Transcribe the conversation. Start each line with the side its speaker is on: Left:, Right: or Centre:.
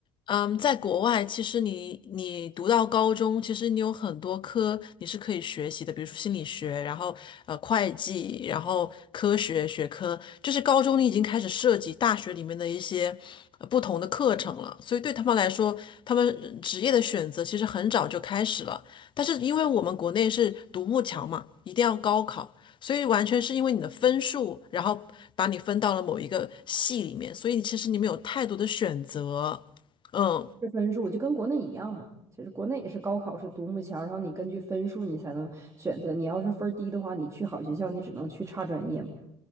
Left: 嗯，在国外，其实你你读到高中，其实你有很多科你是可以学习的，比如说心理学，然后呃会计，然后科学学科，就是高中你已经开始涉及大学里面的一些呃不同的课程了。所以对他们来说，他们呃职业的选择其实很早就开始了。但是因为我们国内是独木桥嘛，一定要高考。所以完全是因为你的分数，然后把你分到了某一个系里面，所以其实你没有太多的选择。嗯，
Right: 这分数就跟国内一样嘛。其实国内也是高考是独木桥，然后你根据分数你才能选择。你要是分儿低的话，你去好学校，你只能去差专业嘛。